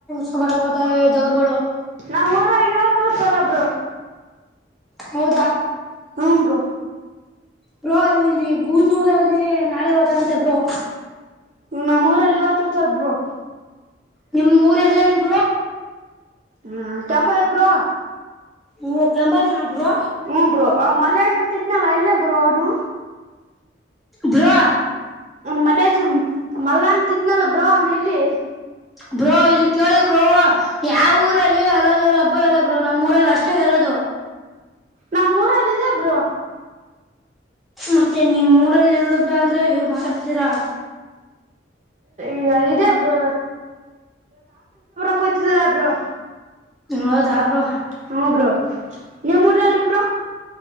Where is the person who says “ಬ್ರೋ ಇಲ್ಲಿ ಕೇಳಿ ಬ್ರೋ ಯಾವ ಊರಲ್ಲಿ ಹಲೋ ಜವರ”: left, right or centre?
Centre